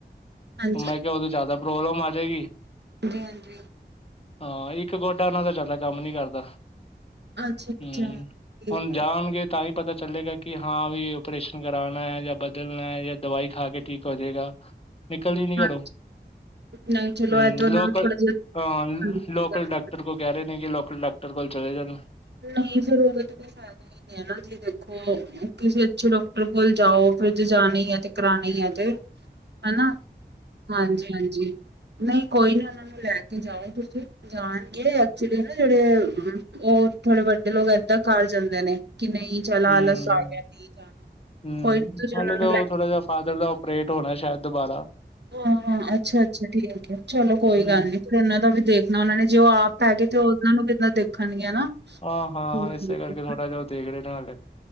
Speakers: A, on the right (about 70°); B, on the left (about 35°).
A: ਹਾਂਜੀ
B: ਮੈਂ ਕਿਹਾ ਉਦੋਂ ਜਿਆਦਾ ਪ੍ਰੋਬਲਮ ਆ ਜਾਏਗੀ
A: ਰਹਿਣ ਦਿਓ।
B: ਹਾਂ। ਇੱਕ ਗੋਡਾ ਉਹਨਾਂ ਦਾ ਜਿਆਦਾ ਕੰਮ ਨੀ ਕਰਦਾ
A: ਅੱਛਾ-ਅੱਛਾ
B: ਹੂੰ।
A: ਠੀਕ
B: ਹੁਣ
A: ਹੈ
B: ਜਾਣਗੇ ਤਾਂ ਵੀ ਪਤਾ ਚੱਲੇਗਾ ਕਿ, ਹਾਂ ਵੀ ਓਪਰੇਸ਼ਨ ਕਰਾਉਣਾ ਹੈ ਜਾਂ ਬਦਲਣਾ ਹੈ ਜਾਂ ਦਵਾਈ ਖਾ ਕੇ ਠੀਕ ਹੋ ਜਾਏਗਾ। ਨਿਕਲਦੀ ਨੀ
A: ਹਾਂ
B: ਘਰੋ।
A: ਨਹੀਂ ਚਲੋ
B: ਹੂੰ।
A: ਇਹ ਤਾਂ ਉਹਨਾਂ
B: ਲੋਕਲ
A: ਨੂੰ ਥੋੜਾ
B: ਹਾਂ
A: ਜਿਹਾ
B: ਲੋਕਲ ਡਾਕਟਰ ਕੋ ਕਹਿ ਰਹੇ ਨੇ ਕਿ, ਲੋਕਲ ਡਾਕਟਰ ਕੋਲ ਚਲੇ ਜਾਣੇ ਆ।
A: ਨਹੀਂ ਫਿਰ ਉਹਦ ਤੇ ਫਾਇਦਾ ਹੀ ਨੀ ਹੈ ਜੀ। ਫਿਰ ਦੇਖੋ। ਕਿਸੇ ਅੱਛੇ ਡਾਕਟਰ ਕੋਲ ਜਾਓ। ਫਿਰ ਜ ਜਾਣੇ ਆ ਤੇ ਕਰਾਣੇ ਆ ਤੇ। ਹਨਾ ਹਾਂਜੀ ਹਾਂਜੀ। ਨਹੀਂ ਕੋਈ ਨੀ ਉਹਨਾਂ ਲੈ ਕੇ ਜਾਓ ਤੁਸੀਂ। ਜਾਣਗੇ ਐਕਚੁਲੀ ਨਾ ਜਿਹੜੇ ਉਹ ਥੋੜੇ ਵੱਡੇ ਲੋਕ ਇੱਦਾਂ ਘਰ ਜਾਂਦੇ ਨੇ, ਕਿ ਨਹੀਂ ਚੱਲ ਆਲਸ
B: ਹੂੰ
A: ਆ ਗਿਆ ਨਹੀਂ ਜਾਣਾ
B: ਹੂੰ।
A: ਕੋਈ ਨੀ ਤੁਸੀਂ
B: ਹਾਲੇ
A: ਉਹਨਾਂ
B: ਤਾਂ
A: ਨੂੰ ਲੈ
B: ਉਹ ਥੋੜਾ ਜਿਹਾ ਫਾਦਰ ਦਾ ਅਪਰੇਟ ਹੋਣਾ ਸ਼ਾਇਦ ਦੁਬਾਰਾ।
A: ਹੂੰ ਹੂੰ, ਅੱਛਾ ਅੱਛਾ ਠੀਕ ਹੈ। ਚਲੋ ਕੋਈ
B: ਹੂੰ
A: ਗੱਲ ਨੀ, ਫਿਰ ਉਹਨਾਂ ਦਾ ਵੀ ਦੇਖਣਾ ਉਹਨਾ ਨੇ ਜੇ ਉਹ ਆਪ ਪੈਗੇ ਤੇ ਉਹਨਾਂ ਨੂੰ ਕਿੱਦਾਂ ਦੇਖਣਗੀਆ ਨਾ।
B: ਆ ਹਾਂ।
A: ਹੂੰ,
B: ਇਸੇ
A: ਹੂੰ,
B: ਕਰਕੇ
A: ਹੂੰ,
B: ਥੋੜਾ ਜਿਹਾ ਉਹ ਦੇਖ ਰਹੇ ਨੇ ਹਾਲੇ।